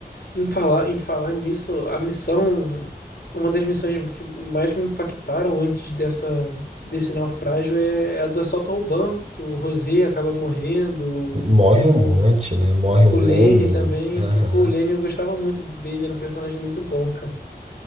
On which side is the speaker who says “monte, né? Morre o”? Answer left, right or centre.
Right